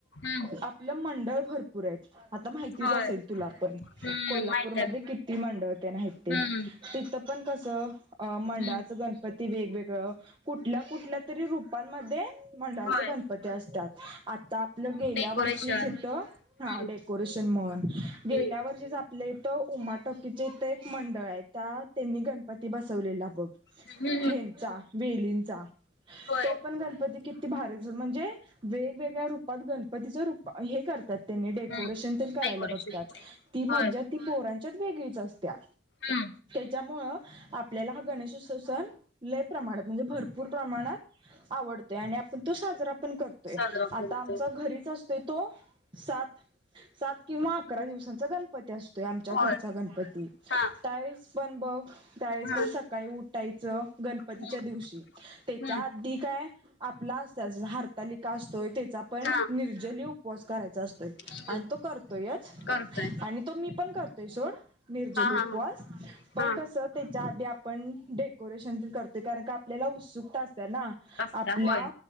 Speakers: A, on the left; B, on the right.
A: हम्म
B: आपलं मंडळ भरपूर हैत. आता माहितीच
A: होय
B: असेल तुला पण
A: हम्म
B: कोल्हापूरमधे
A: माहित आहे
B: किती मंडळ त्यांण आहेत ते.
A: हम्म
B: तिथं पण कसं अ मंडळाचं
A: हम्म
B: गणप पती वेगवेगळ कुठल कुठल तरी रूपांमध्ये मंडळाच
A: होय
B: गणपती असतात आता आपलं गेल्या
A: डेकोरेशन
B: वर्षी तिथ हा
A: हम्म
B: डेकोरेशन म्हण गेल्या
A: हम्म
B: वर्षीच आप आपल्या हीत उमा टाकीच्या इथ एक मंडळ हाय त्या त्यांनी गणपती बसवलेला बघ
A: हम्म हम्म,
B: हेनचा वेलींचा
A: होय
B: तो पण गणपती किती भारी च म्हणजे वेगवेगळ्या रूपात गणपतीच रूप हे कर त्यात त्यांनी डेकोरेशन
A: हम्म
B: तेन करायला
A: डेकोरेशन
B: बघतात ती मज्जा
A: होय
B: ती पोरांच्यात वेगळीच असत्या
A: हा
B: त्यामुळं आपल्याला हा गणेशोत्सव सण लय प्रमाणात म्हणजे भरपूर प्रमाणात आवडतोय आणि आपण तो साजरा पण करतोय
A: साजरा
B: आता
A: करतोय
B: आमचा घरीच असतो तो सात सात किंवा अकरा दिवसांचा गणपती अस तोय आमच्या
A: होय
B: घरचा गणपती
A: हा
B: त्या वेळीस पण बघ त्यावेळेस
A: हा
B: पण सकाळी उठायचं गणपतीच्या
A: हम्म
B: दिवशी त्याच्या
A: हम्म
B: आधी काय आपला असताच हारतालिका असतोय त्याचा पण
A: हा
B: निर्जली उपवास करायचा असतोय. आणि
A: हम्म
B: तो करतोयच
A: करतोय
B: आणि तो मी पण करतोय सोड. निर्जली
A: हा
B: उपवास.
A: हा हा हा
B: कस त्याच्या आधी आपण डेकोरेशन तेन करतोय कारण का आपल्याला उत्सुकता असते ना.
A: असता
B: आपल्या
A: होय